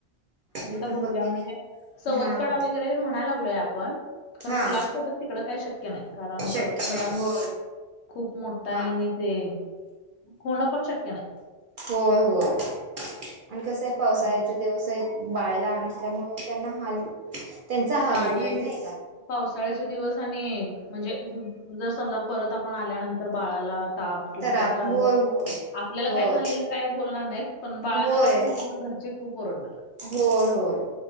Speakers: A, on the left; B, on the right.
A: आता
B: मी पण
A: बघूया
B: बघते
A: म्हणजे
B: मी
A: सवत
B: हा
A: कडा
B: हा
A: वगैरे म्हणायला लागलोय आपण खर
B: हा
A: मुलांसोबत. तिकड काही शक्य नाही कारण
B: शक्य
A: सवकड
B: नाही होय
A: खूप मोठा
B: हा
A: आहे आणि. ते होणं पण शक्य नाही.
B: होय होय आणि कसं आहे पावसाळ्याच
A: आणि
B: दिवस आहेत. बाळ लहान असल्यामुळे त्यांना हाल. त्यांचा हाल
A: ह आणि
B: होतोय नाही का
A: पावसाळ्याच्या दिवस आणि म्हणजे जर समजा परत आपण आल्यानंतर बाळाला ताप किंवा
B: खराब
A: कायतर
B: होय
A: आलं
B: होय
A: आपल्याला
B: होय
A: काय झालेलं काय बोलणार नाहीत पण बाळांना
B: होय
A: काहीतरी झालं तर घरचे खूप ओरडतात.
B: होय होय.